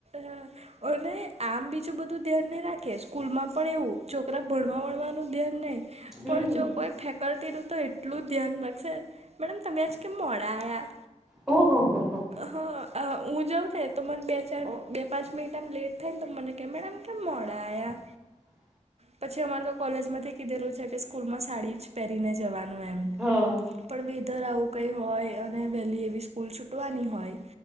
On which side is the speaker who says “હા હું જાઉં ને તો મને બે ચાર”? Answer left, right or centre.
Right